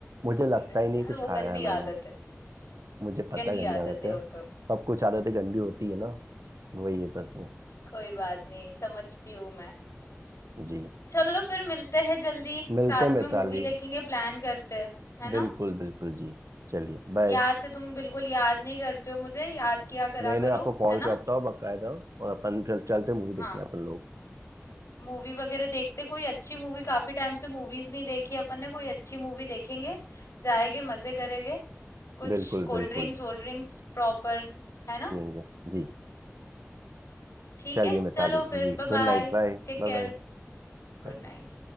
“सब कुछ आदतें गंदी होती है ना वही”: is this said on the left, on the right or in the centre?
Right